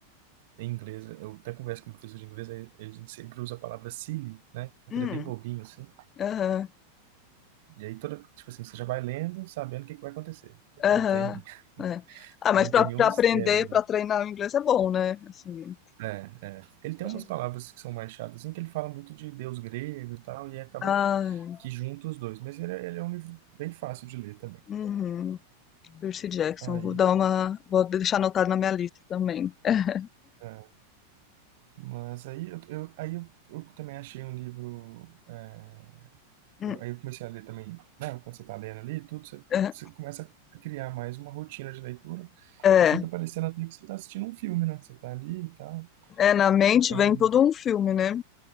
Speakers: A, on the right (about 50°); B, on the left (about 25°).
A: é em inglês. Eu até converso com o professor de inglês, aí ele sempre usa a palavra silly, né?
B: Hum.
A: Que ele é bem bobinho, assim.
B: Aham.
A: E aí toda, tipo assim, você já vai lendo, sabendo o que que vai acontecer. Ele
B: Aham.
A: não tem,
B: É. Ah,
A: ele
B: mas
A: não
B: para
A: tem nenhum mistério,
B: aprender,
A: não.
B: para treinar o inglês é bom, né? Assim,
A: É, é. Ele tem
B: a
A: umas
B: gente...
A: palavras que são mais chatas, assim, que ele fala muito de deus grego e tal, e acaba
B: Ah,
A: que junta os dois. Mas ele, é- ele é um livro bem fácil de ler também.
B: uhum. Percy Jackson.
A: Aí,
B: Vou dar uma... Vou deixar anotado na minha lista também. <laughs>
A: é, mas aí eu, eu- aí eu, eu também achei um livro. é,
B: Hum,
A: eu- aí eu comecei a ler também, né? Quando você tá lendo ali, tudo, você,
B: É,
A: você começa a criar mais uma rotina de leitura
B: é,
A: e fica parecendo até que você tá assistindo um filme, né? Você tá ali e tal.
B: é, na mente
A: É
B: vem
A: um
B: todo um filme, né?